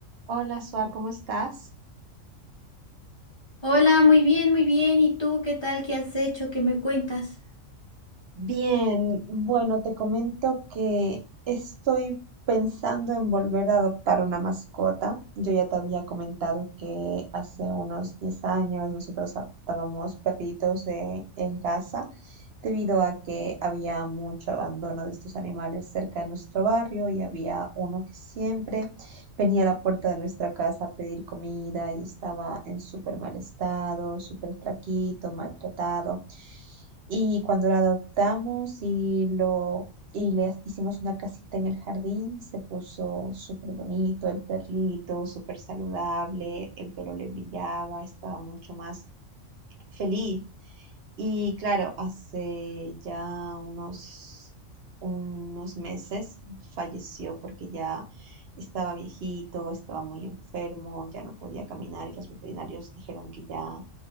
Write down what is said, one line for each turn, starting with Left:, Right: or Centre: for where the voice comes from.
Right: Hola, Suar, ¿cómo estás?
Left: Hola, muy bien, muy bien. ¿Y tú qué tal? ¿Qué has hecho? ¿Qué me cuentas?
Right: Bien, bueno, te comento que estoy pensando en volver a adoptar una mascota. Yo ya te había comentado que hace unos 10 años nosotros adoptábamos perritos de- en casa debido a que había mucho abandono de estos animales cerca de nuestro barrio y había uno que siempre venía a la puerta de nuestra casa a pedir comida y estaba en súper mal estado, súper flaquito, maltratado. Y cuando lo adoptamos y lo y le hicimos una casita en el jardín, se puso súper bonito el perrito, súper saludable, el pelo le brillaba, estaba mucho más feliz. Y claro, hace ya unos, unos meses falleció porque ya estaba viejito, estaba muy enfermo, ya no podía caminar y los veterinarios dijeron que ya